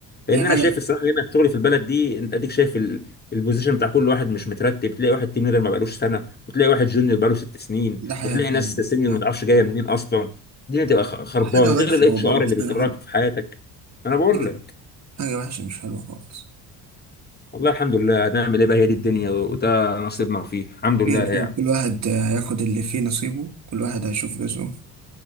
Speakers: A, on the left; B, on the right.
A: لان
B: هي
A: انا
B: حاجة
A: شايف الصراحه هنا شغلي في البلد دي انت اديك شايف ال... البوزيشن بتاع كل واحد مش مترتب تلاقي واحد تيم ليدر ما بقالوش سنه وتلاقي واحد جونيور بقاله ست سنين
B: ده حاجة
A: وتلاقي
B: فعلا
A: ناس سينيور
B: فعلا.
A: ما تعرفش جايه منين اصلا الدنيا تبقى خ- خربانه
B: حاجة وحشة
A: غير الاتش
B: والله
A: ار
B: مش
A: اللي بيكرهك
B: حاجة حلوة
A: في حياتك انا بقول
B: حاجة حاجة وحشة مش حلوة خالص
A: والله الحمد لله هنعمل ايه بقى هي دي الدنيا وده نصيبنا فيه الحمد لله
B: خير
A: يعني
B: خير كل واحد آه، هياخد اللي فيه نصيبه كل واحد هيشوف رزقه